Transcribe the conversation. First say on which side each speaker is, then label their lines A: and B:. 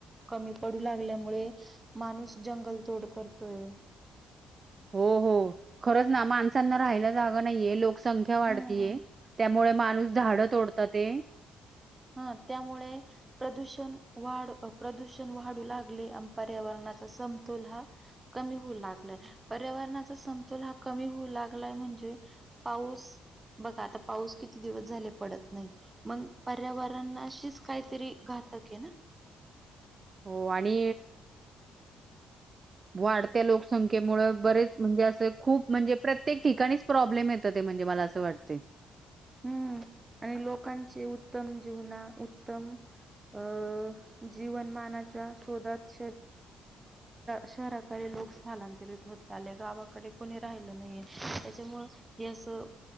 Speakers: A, on the right; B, on the right.
A: कमी पडू लागल्या माणूस जंगल तोड करतोय.
B: हो- हो खरच ना माणसांना राहायला जागा नाहीये लोक. संख्या वाढतीय
A: हम्म,
B: त्यामुळे माणूस झाड तोडत ते
A: ह त्यामुळे प्रदूषण वाढ प्रदूषण वाढू लागले पर्यावरण समतोल हा कमी होऊ लागलाय पर्यावरणाचा समतोल हा कमी होऊ लागलाय. म्हणे पाऊस बघा आता पाऊस किती दिवस झाले पडत नाही मग पर्यावरणाशीच काहीतरी घातक आहे ना.
B: हो आणि वाढत्या लोकसंख्येमुळे बरेच म्हणजे अस खूप म्हणजे प्रत्येक ठिकाणीच समस्या येत आहे. ते म्हणजे मला असं वाटं
A: हम्म आणि लोकांची उत्तम जीवना उत्तम अ जीवनमानाच्या शोधात शहरा लोक स्थलांतरित होत चालले, गावाकडे कोणी राहिलं नाहीे त्याच्यामुळे हे असं.